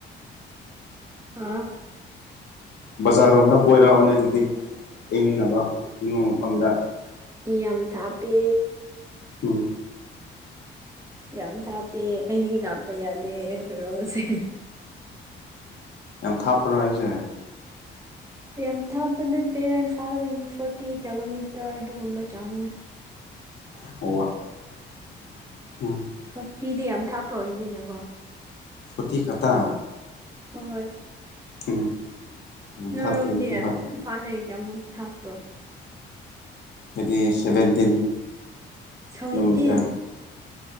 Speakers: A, on the right (about 15°); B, on the left (about 60°).
A: ꯍꯥꯥ
B: ꯕꯖꯥꯔꯣꯝꯗ ꯀꯣꯏꯔꯛꯑꯣꯅꯦ ꯑꯗꯨꯗꯤ ꯏꯪꯅꯕ ꯏꯪꯕ ꯃꯐꯝꯗ
A: ꯌꯥꯝ ꯊꯥꯞꯄꯦ
B: ꯎꯝ
A: ꯌꯥꯝ ꯊꯥꯞꯄꯦ ꯑꯍꯤꯡ ꯂꯥꯛꯄ ꯌꯥꯗꯦ ꯈꯣꯏꯔꯣꯁꯦ
B: ꯌꯥꯝ ꯊꯥꯞꯄ꯭ꯔꯣ ꯑꯩꯁꯦ
A: ꯌꯥꯝ ꯊꯥꯞꯕ ꯅꯠꯇꯦ ꯏꯝꯐꯥꯜꯗꯒꯤꯅꯤ ꯐꯣꯔꯇꯤ ꯀꯤꯂꯣꯃꯤꯇꯔ ꯑꯗꯨꯒꯨꯝꯕ ꯆꯪꯅ
B: <unintelligible>
A: ꯐꯣꯔꯇꯤꯗꯤ ꯌꯥꯝ ꯊꯥꯞꯄ ꯑꯣꯏꯗꯦꯅꯀꯣ
B: ꯐꯇꯤ ꯈꯥꯇꯥ
A: ꯍꯣꯏ
B: ꯎꯝ ꯌꯥꯝ
A: ꯅꯣꯏꯔꯣꯝꯗ
B: ꯊꯥꯞꯇꯦꯗꯨꯗꯤ ꯍꯣꯏ
A: ꯏꯝꯐꯥꯜꯗꯒꯤ ꯀ ꯑꯃꯨꯛ ꯊꯥꯞꯄ꯭ꯔꯣ
B: ꯍꯥꯏꯗꯤ ꯁꯚꯦꯟꯇꯤꯟ
A: ꯁꯚꯦꯟꯇꯤꯟ
B: ꯀꯤꯂꯣꯃꯤꯇꯔ